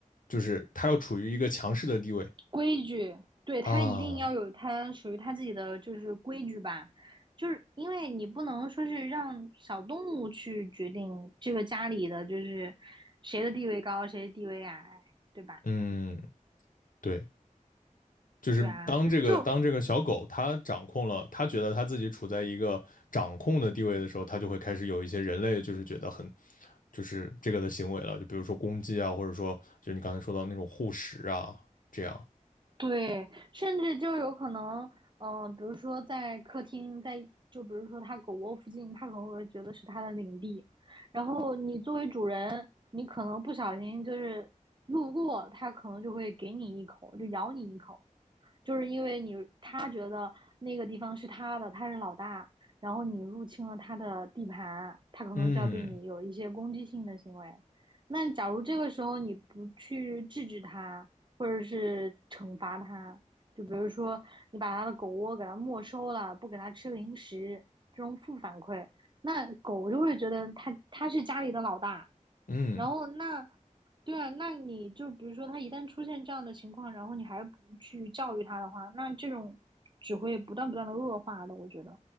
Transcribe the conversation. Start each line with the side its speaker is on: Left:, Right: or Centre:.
Left: 就是它要处于一个强势的地位
Right: 规矩，对，他一定要有他属于他自己的就是规矩吧。
Left: 啊。
Right: 就是因为你不能说是让小动物去决定这个家里的就是谁的地位高，谁的地位矮，对吧？
Left: 嗯，对。就是当这个当这个小狗它掌控了，
Right: 对啊，就
Left: 它觉得它自己处在一个掌控的地位的时候，它就会开始有一些人类就是觉得很，就是这个的行为了，就比如说攻击啊，或者说就你刚才说到那种护食啊，这样，
Right: 对，甚至就有可能，嗯、比如说在客厅，在就比如说它狗窝附近，它可能会觉得是它的领地，然后你作为主人，你可能不小心就是路过，它可能就会给你一口，就咬你一口。就是因为你他觉得那个地方是他的，他是老大，然后你入侵了他的地盘，他可能就要对你有一些攻击性的行为。
Left: 嗯
Right: 那假如这个时候你不去制止他，或者是惩罚他，就比如说你把他的狗窝给他没收了，不给他吃零食，这种负反馈，那狗就会觉得他他是家里的老大。
Left: 嗯
Right: 然后那，对啊，那你就比如说他一旦出现这样的情况，然后你还不去教育他的话，那这种只会不断不断的恶化的，我觉得。